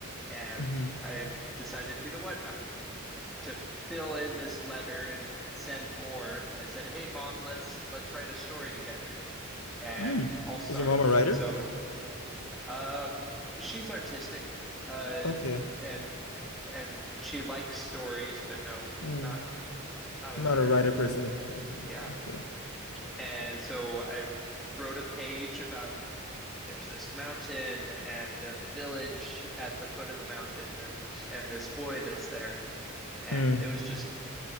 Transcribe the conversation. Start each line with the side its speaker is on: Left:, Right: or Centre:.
Centre: and
Left: Mm-hmm.
Centre: I decided, you know what? I'm to fill in this letter and send more, I said, "Hey mom, let's let's write a story together." And
Left: Mm.
Centre: I'll start.
Left: Is your mom a writer?
Centre: So, um she's artistic uh
Left: Okay.
Centre: and and she likes stories, but no,
Left: Mm.
Centre: not not a
Left: Not
Centre: writer.
Left: a writer per se. Okay.
Centre: Yeah.
Left: Okay.
Centre: And so I wrote a page about there's this mountain and a village at the foot of the mountain and and this boy that's there. And
Left: Mm.
Centre: it was just